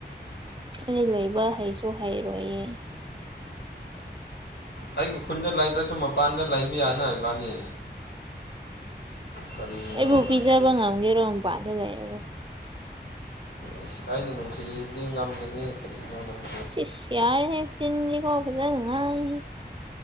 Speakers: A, on the right; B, on the left.
A: ꯑꯩ ꯂꯩꯕ ꯍꯩꯁꯨ ꯍꯩꯔꯣꯏꯌꯦ
B: ꯑꯩꯒꯤ ꯈꯨꯟꯗ ꯂꯩꯗ꯭ꯔꯁꯨ ꯃꯄꯥꯟꯗ ꯂꯩꯕ ꯌꯥꯅ ꯏꯕꯥꯅꯤ ꯀꯔꯤꯅꯣ
A: ꯑꯩꯕꯨ
B: ꯅꯪꯁꯨ
A: ꯄꯤꯖꯕ ꯉꯝꯒꯦꯔꯣ ꯃꯄꯥꯟꯗ ꯂꯩꯔꯒ
B: ꯎ ꯑꯩꯅ ꯅꯨꯡꯁꯤꯗꯤ ꯉꯝꯒꯅꯤ ꯀꯔꯤꯒꯤꯅꯣ ꯅꯨꯡ
A: ꯁꯤꯁ ꯌꯔꯦꯍꯦ ꯆꯤꯟꯗꯤꯀꯣ ꯐꯖꯅꯥ ꯉꯥꯡꯏ